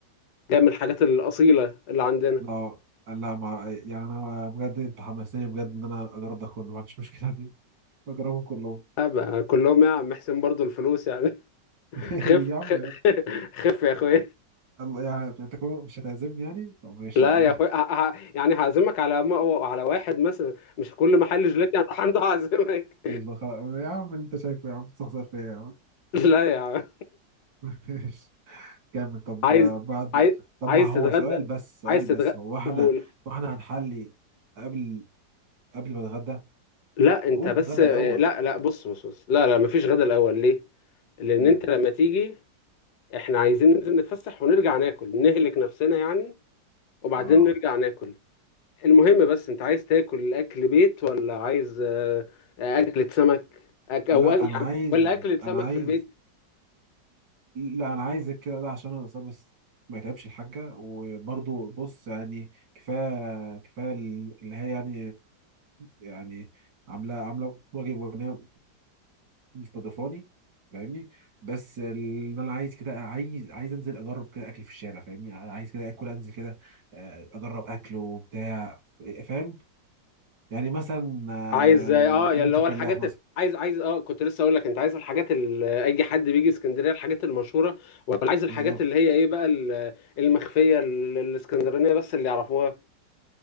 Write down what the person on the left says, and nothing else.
جاية من الحاجات الأصيلة اللي عندنا
أبقى كلهم يا عم حسين برضو الفلوس يعني <laughs>
خف
خ- <laughs> خف يا اخويا
لا
يا اخويا
ه- ه- يعني هعزمك على م- على واحد مثلا مش كل محل جيلاتي هنروح عنده هعزمك
<laughs> لا يا عم
عايز
عايز
عايز
تتغدى
عايز تتغدى
قول
لا انت
بس
لا
لا بص بص بص لا لا مفيش غدا الاول ليه لان
انت لما تيجي احنا عايزين ننزل نتفسح ونرجع ناكل نهلك نفسنا يعني وبعدين
نرجع ناكل المهم بس انت عايز تاكل اكل بيت ولا عايز آه، اكلة سمك أك او
أ-
يعني
ولا اكلة سمك
في البيت
عايز اه
يا اللي هو
الحاجات
عايز عايز اه كنت لسه اقول لك انت عايز الحاجات اللي اي حد بيجي اسكندريه الحاجات المشهوره ولا عايز الحاجات
اللي هي ايه بقى ال- المخفيه ال- الاسكندرانيه بس اللي يعرفوها